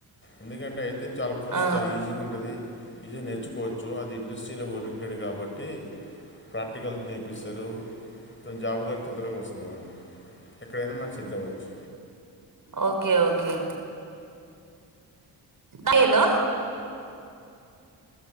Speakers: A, on the left (about 25°); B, on the right (about 45°).
A: ఎందుకంటే అయితే చాలా కోర్సు
B: ఆ
A: చాలా ఈజీగా ఉంటుంది ఇది నేర్చుకోవచ్చు అది ఇండస్ట్రీలో ఓరియంటెడ్ కాబట్టి ప్ర ఆర్టికల్ నేర్పిస్తారు జాబు గారు తొందరగా వస్తుందన్నమాట ఎక్కడైనా మ చెడ్లు అవ్వచ్చు
B: ఓకే ఓకే హ హలో